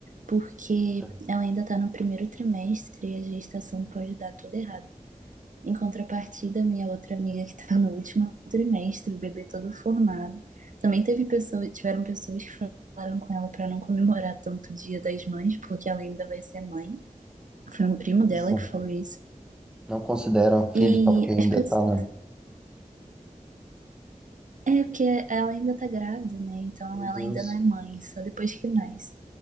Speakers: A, on the right; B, in the centre.
A: porque
B: tá.
A: ela ainda está no primeiro trimestre e a gestação pode dar tudo errado. Em contrapartida, minha outra amiga que está no último trimestre, o bebê todo formado, também teve pessoas, tiveram pessoas que falaram com ela para não comemorar tanto o Dia das Mães, porque ela ainda vai ser mãe. Foi um primo
B: Que
A: dela
B: Isso.
A: que falou isso.
B: Não consideram filho
A: E
B: só porque ainda
A: as pessoas.
B: tá na...
A: É, porque ela ainda tá grávida, né? Então
B: Meu
A: ela
B: Deus,
A: ainda não é mãe, só depois que nasce.